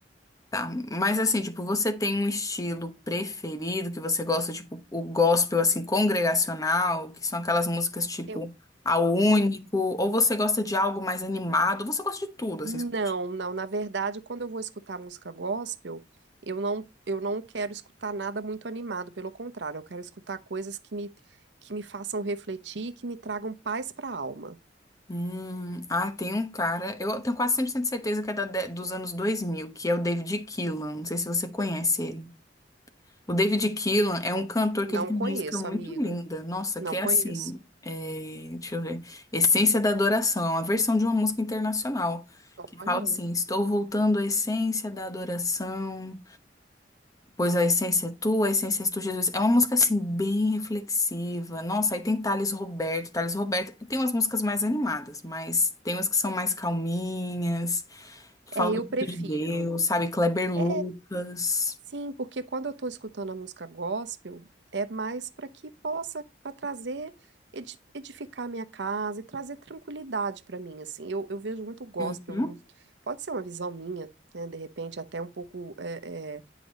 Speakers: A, on the left; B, on the right.
A: Tá, mas assim, tipo, você tem um estilo preferido que você gosta, tipo, o gospel, assim, congregacional, que são aquelas músicas, tipo,
B: Eu,
A: ao único,
B: eu
A: ou você gosta de algo mais animado, você gosta de tudo,
B: Não,
A: assim. você gosta de-
B: não. Na verdade, quando eu vou escutar música gospel, eu não, eu não quero escutar nada muito animado. Pelo contrário, eu quero escutar coisas que me, que me façam refletir e que me tragam paz para a alma.
A: Hum, ah, tem um cara, eu tenho quase 100% de certeza que é da de- dos anos 2000, que é o David Keelan, não sei se você conhece ele. O David Keelan é um cantor que
B: Não
A: ele tem
B: conheço,
A: música muito
B: amiga.
A: linda. Nossa,
B: Não
A: que
B: conheço.
A: é assim. é, deixa eu ver. Essência da Adoração. É uma versão de uma música internacional. Que fala
B: Olha.
A: assim: Estou voltando à essência da adoração. Pois a essência é tua, a essência é tu, Jesus. É uma música assim, bem reflexiva. Nossa, aí tem Thales Roberto. Thales Roberto tem umas músicas mais animadas, mas tem umas que são mais calminhas, que falam
B: É, eu
A: muito
B: prefiro.
A: de Deus, sabe? Kleber Lucas.
B: É, Sim, porque quando eu estou escutando a música gospel, é mais para que possa, para trazer, edi- edificar a minha casa e trazer tranquilidade para mim, assim. Eu, eu vejo muito gospel,
A: Uhum.
B: um- pode ser uma visão minha, né, de repente até um pouco, é, é,